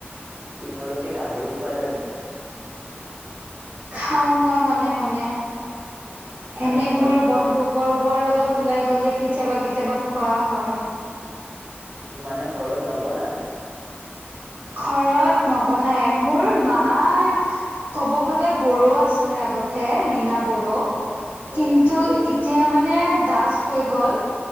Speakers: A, on the right; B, on the right.
A: তোমালোকে গাহৰি খোৱা জানো?
B: খাওঁ মই মনে মনে।
A: মানে
B: এনে
A: ঘৰত
B: মোৰ
A: নাখালে?
B: বন্ধু বৰ্গৰ লগত ওলাই গ'লে কেতিয়াবা কেতিয়াবা খোৱা হয়।
A: মানে ঘৰত নবনায়?
B: ঘৰত নবনায়। মোৰ মা ক'ব গ'লে বড়ো আছিলে আগতে, লীনা বড়ো।
A: অ'
B: কিন্তু এতিয়া মানে দাস হৈ গ'ল।